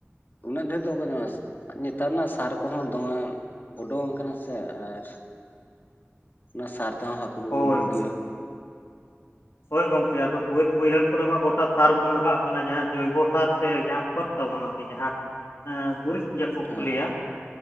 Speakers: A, on the left; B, on the left.
A: ᱩᱱᱟᱹᱜ ᱰᱷᱮᱨ ᱫᱚ ᱵᱟᱠᱚ ᱧᱟᱢᱚᱜ-ᱟ ᱥᱮ ᱱᱮᱛᱟᱨ ᱨᱮᱱᱟᱜ ᱥᱟᱨ ᱠᱚᱦᱚᱸ ᱫᱚᱢᱮ ᱩᱰᱩᱝ ᱟᱠᱟᱱᱟ ᱥᱮ ᱟᱨ ᱚᱱᱟ ᱥᱟᱨ ᱛᱮᱦᱚᱸ ᱦᱟᱹᱠᱩ ᱠᱚᱠᱚ
B: ᱦᱳᱭ
A: ᱜᱩᱡᱩᱜ ᱜᱮᱭᱟ
B: ᱦᱳᱭ ᱜᱚᱝᱠᱮ ᱟᱫᱚ ᱵᱟᱹᱫ ᱵᱟᱹᱭᱦᱟᱹᱲ ᱠᱚᱨᱮ ᱢᱟ ᱜᱚᱴᱟ ᱥᱟᱨ ᱵᱚᱱ ᱞᱟᱜᱟᱣᱟᱜ ᱠᱟᱱᱟ ᱡᱟᱦᱟᱸ ᱡᱳᱭᱵᱚᱥᱟᱨ ᱥᱮ ᱡᱟᱦᱟᱸ ᱠᱷᱚᱛ ᱛᱟᱵᱚᱱ ᱟᱨᱠᱤ ᱡᱟᱦᱟᱸ ᱜᱩᱨᱤᱡ ᱡᱟᱯᱩᱫ
A: ᱦᱮᱸ
B: ᱠᱚ ᱞᱟᱹᱭᱟ